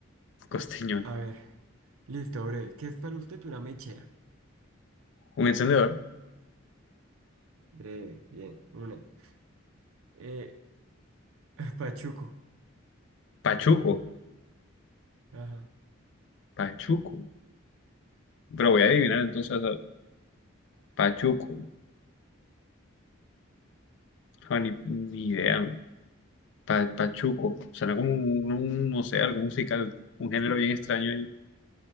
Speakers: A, on the left; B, on the right.
A: Costeñón.
B: A ver, listo, breve. ¿Qué es para usted una mechera?
A: Un encendedor.
B: Breve, bien, una. Eh, <laughs> pachuco.
A: Pachuco.
B: Ajá.
A: Pachuco. Pero voy a adivinar entonces. a- Pachuco. Ah, ni, ni idea. man. Pa- pachuco. Suena como un, un- no sé, algo musical. Un género bien extraño